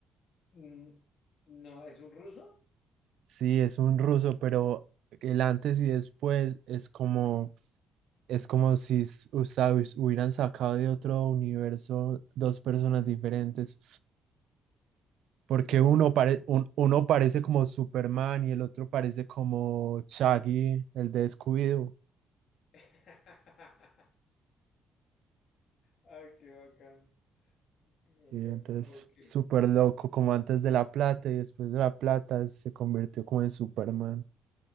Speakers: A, on the left (about 65°); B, on the right (about 75°).
A: Mm, No, ¿es un ruso?
B: Sí, es un ruso, pero el antes y después es como Es como si s- o sea, hubis- hubieran sacado de otro universo dos personas diferentes, porque
A: Como
B: uno,
A: cuando...
B: pare- un- uno parece como Superman y el otro parece como Shaggy, el de Scooby-Doo.
A: <laughs> Ah, qué bacán. Qué bacán.
B: Y entonces,
A: Ok.
B: súper loco, como antes de la plata y después de la plata se convirtió como en Superman.